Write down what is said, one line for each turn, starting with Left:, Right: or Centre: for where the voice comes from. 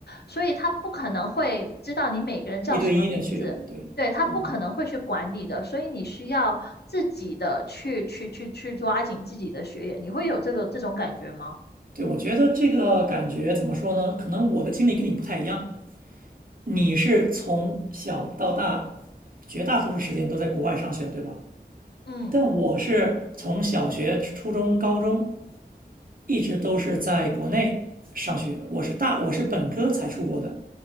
Left: 所以他不可能会知道你每个人叫什么名字，
Right: 一对一的去，对，
Left: 对，他不可能会去管你的，
Right: 嗯，
Left: 所以你需要自己的去去去去抓紧自己的学业，你会有这个这种感觉吗？
Right: 对，我觉得这个感觉怎么说呢？可能我的经历跟你不太一样。你是从小到大，绝大多数时间都在国外上学，对吧？
Left: 嗯。
Right: 但我是从小学、初中、高中一直都是在国内上学，我是大我是本科才出国的，